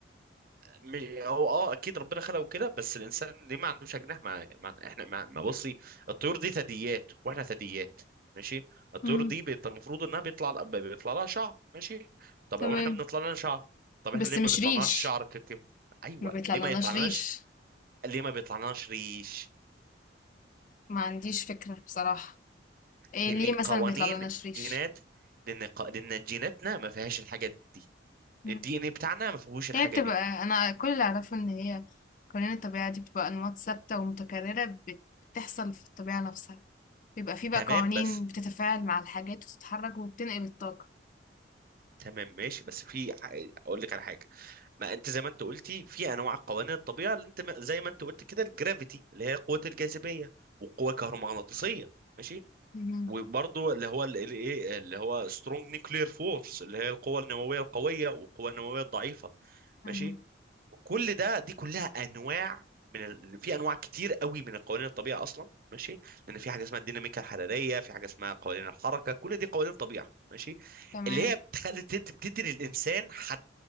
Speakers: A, on the right; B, on the left.
A: مي- هو اه اكيد ربنا خلقه كده بس الانسان ليه ما عندوش اجنحه مع, مع احنا مع... ما بصي الطيور دي ثدييات واحنا ثدييات ماشي الطيور
B: مم.
A: دي بيت- المفروض انها بيطلع ل- بيطلع لها شعر ماشي طب
B: تمام
A: واحنا بنطلع لنا شعر طب احنا
B: بس
A: ليه
B: مش
A: ما بيطلعناش
B: ريش
A: شعر ك... ك... ايوه
B: ما بيطلعلناش
A: ليه ما يطلعناش
B: ريش
A: ليه ما بيطلعناش ريش
B: ما عنديش فكرة بصراحة إيه
A: لان
B: ليه مثلا
A: قوانين
B: بيطلعلناش
A: الجينات
B: ريش؟
A: لان ق... لان جيناتنا ما فيهاش الحاجه دي
B: مم.
A: الدي ان ايه بتاعنا ما فيهوش الحاجه
B: هي بتبقى
A: دي
B: أنا كل اللي أعرفه إن هي قوانين الطبيعة دي بتبقى أنماط ثابتة ومتكررة بت- بتحصل في الطبيعة نفسها بيبقى فيه بقى
A: تمام
B: قوانين
A: بس
B: بتتفاعل مع الحاجات وتتحرك وبتنقل الطاقة
A: تمام ماشي بس في ح- اقول لك على حاجه ما انت زي ما انت قلتي في انواع قوانين الطبيعه اللي انت ما- زي ما انت قلت كده الجرافيتي اللي هي قوه الجاذبيه وقوه كهرومغناطيسيه ماشي
B: مهم.
A: وبرضه اللي هو ال- ال- ايه اللي هو سترونج نيوكلير فورس اللي هي القوه النوويه القويه والقوه النوويه الضعيفه
B: مهم.
A: ماشي كل ده دي كلها انواع من ال... في انواع كتير قوي من القوانين الطبيعه اصلا ماشي لان في حاجه اسمها الديناميكا الحراريه في حاجه اسمها قوانين الحركه كل دي قوانين طبيعه ماشي
B: تمام
A: اللي هي بتخلي بتدي بتدي للانسان حد